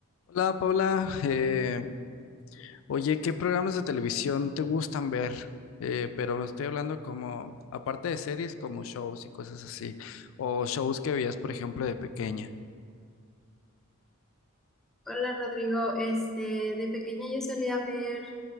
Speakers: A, on the left (about 65°); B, in the centre.
A: Hola Paula, Eh, oye, ¿qué programas de televisión te gustan ver? Eh, pero estoy hablando como, aparte de series, como shows y cosas así, o shows que veías, por ejemplo, de pequeña.
B: Hola Rodrigo, este, de pequeña yo solía ver,